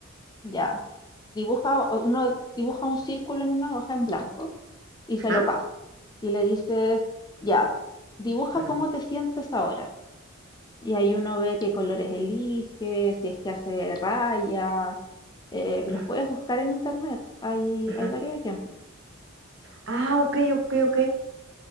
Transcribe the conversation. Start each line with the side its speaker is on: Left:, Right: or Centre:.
Left: ya, dibuja, o uno dibuja un círculo en una hoja en blanco y
Right: Ajá,
Left: se lo pasa. Y le dices, ya, dibuja
Right: ajá,
Left: cómo te sientes ahora. Y ahí uno ve qué colores elige, si es que hace rayas, eh,
Right: ajá,
Left: los puedes buscar en internet, hay,
Right: ajá.
Left: hay varios ejemplos.
Right: Ah, ok, ok, ok.